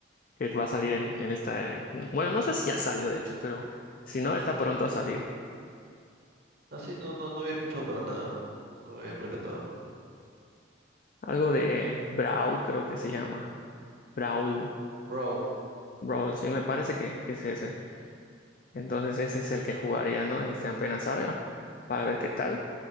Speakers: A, on the left; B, on the right.
A: que va a salir en, en esta... eh, Bueno, no sé si ya salió de hecho, pero si no, está pronto a salir.
B: Ah, sí, no, no, no había escuchado para nada. No, no me había percatado.
A: Algo de Brawl, creo que se llama. Brawl.
B: Brawl.
A: Brawl, sí, me parece que, que es ese. Entonces ese es el que jugaría, ¿no? Este apenas salga, para ver qué tal.